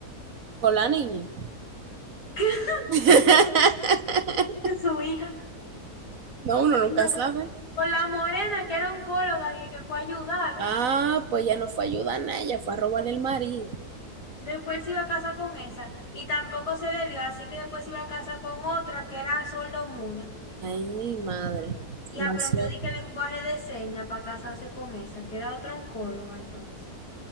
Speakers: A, on the right (about 60°); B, on the left (about 85°).
A: ¿Con la niña?
B: <laughs>
A: <laughs>
B: ¿Qué? su, su hija.
A: No, uno nunca
B: No,
A: sabe.
B: con la morena que era oncóloga y que fue a ayudarlo.
A: Ah, pues ya no fue a ayudar a nadie, ella fue a robarle el marido.
B: Después se iba a casa con esa y tampoco se le dio, así que después se iba a casa con otra que era sordo-muda.
A: Ay, mi madre.
B: Y
A: Una,
B: aprendió
A: suerte.
B: de que lenguaje de señas para casarse con esa, que era otra oncóloga entonces.